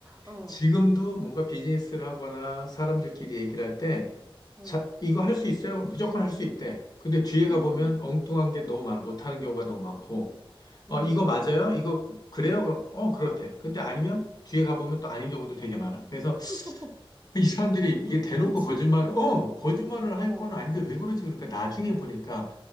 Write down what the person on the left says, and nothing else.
지금도 뭔가 비즈니스를 하거나 사람들끼리 얘기를 할 때,
자, 이거 할 수 있어요? 무조건 할 수 있대. 근데 뒤에 가보면
엉뚱한 게 너무 많아. 못하는 경우가 너무 많고, 어,
이거 맞아요?
이거 그래요? 그럼, 어, 그렇대. 근데 아니면 뒤에 가보면 또 아닌 경우도 되게 많아. 그래서
이 사람들이
이게 대놓고
거짓말, 어, 거짓말을
할 건 아닌데 왜 그러지? 그러니까 나중에 보니까